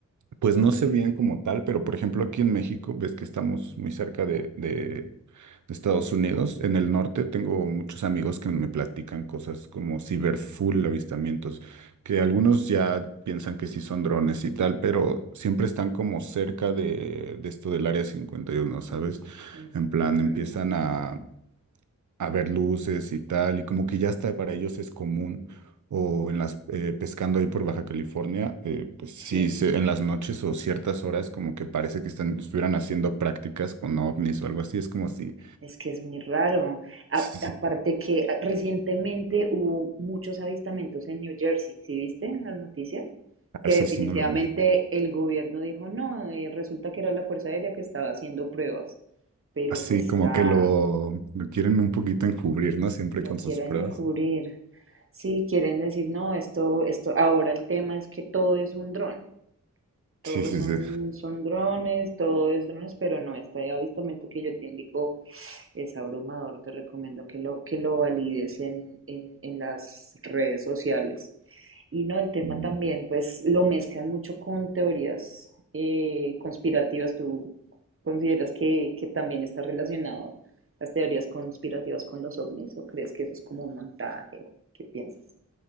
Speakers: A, on the right (about 70°); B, on the right (about 45°).
A: pues no sé bien como tal, pero por ejemplo aquí en México, ves que estamos
B: Ujú,
A: muy cerca de, de- de Estados Unidos. En el norte tengo muchos amigos que me platican cosas como ciberfull avistamientos, que algunos
B: ujú,
A: ya piensan que sí son drones y tal, pero siempre están como cerca de, de esto del área cincuenta y uno, ¿sabes?
B: ujú,
A: En plan,
B: ujú.
A: empiezan a a ver luces y tal, y como que ya hasta para ellos es común, o en las eh, pescando ahí por Baja California, eh, pues sí,
B: Sí.
A: se- en las noches o ciertas horas como que parece que están, estuvieran haciendo prácticas con ovnis o algo así, es como si,
B: Es que es muy raro. A-
A: <laughs>
B: aparte que ah, recientemente hubo muchos avistamientos en New Jersey, ¿sí viste en las noticias?
A: eso
B: Que definitivamente
A: sí no lo vi.
B: el gobierno dijo, no, eh, resulta que era la Fuerza Aérea que estaba haciendo pruebas, pero
A: Así
B: pues
A: como
B: la
A: que lo, lo quieren un poquito encubrir, ¿no? Siempre
B: lo
A: con
B: quieren
A: sus pruebas.
B: encubrir. Sí, quieren decir, no, esto, esto, ahora el tema es que todo es un dron. Todos
A: Sí, sí,
B: son,
A: sí.
B: son drones, todo es drones, pero no, este avistamiento que yo te indico es abrumador. Te recomiendo que lo, que lo valides en, en, en las redes sociales. Y no, el tema
A: Mm.
B: también, pues lo mezclan mucho con teorías eh, conspirativas. ¿Tú consideras que, que también está relacionado las teorías conspirativas con los ovnis o crees que eso es como un montaje o qué piensas?